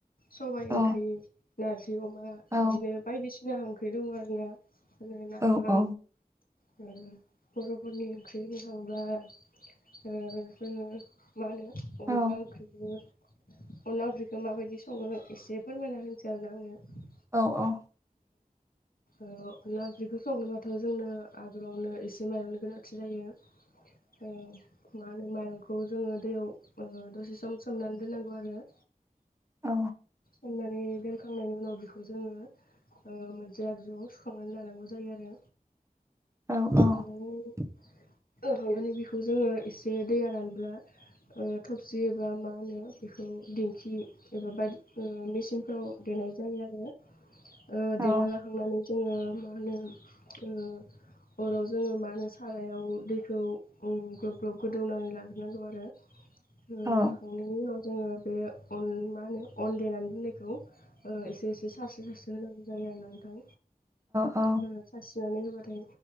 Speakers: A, on the left; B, on the right.
A: सबाइ
B: औ
A: ओंख्रि नारजि ओंख्रि अमा
B: औ
A: बिदिनो बायदिसिना ओंख्रि दं आरोना नाफाम
B: औ औ
A: <unintelligible> लोगोफोरनि ओंख्रि होनो थांब्ला जोङो मा होनो अनला
B: औ
A: ओंख्रि खौबो अनला ओंख्रिखौ माबायदि सङो एसे फोरमायना होनोसै आरोना आङो।
B: औ औ
A: ओ अनला ओंख्रिखौ संनोबाथ' जोंनो आगोलावनो एसे माइरंनि गोनांथि जायो ओ मा माइरंखौ जोङो दैयाव ओ दसे सम सोमनानै दोननांगौ आरो
B: औ
A: अननानै दोनखांनायनि उनाव बेखौ जोङो ओ मोनसे आगजुआव सुखांनानै लानांगौ जायो आरो
B: औ
A: सुखांनानै
B: <inaudible>
A: होखांनानै बिखौ जोङो एसे दैया रानबोब्ला ओ थफसि एबा मा होनो बेखौ दिंखि एबा बायदि ओ मेसिनफ्राव देनाय जायो आरो। ओ
B: औ
A: देना लाखांनानै जोङो मा मा होनो ओ
B: <inaudible>
A: अराव जोङो मा होनो सारायाव दैखौ उम ग्लब ग्लब गोदौनानै लाग्रोनांगौ आरो ओ
B: औ
A: लाखांनायनि उनाव जोङो बे अन माहोनो अन देनानै दोननायखौ ओ एस से से सारस्रो सारस्रो होनांगौ जायो आरो नोंथां।
B: औ
A: ओ सारस्रिनानै होबा फ्राय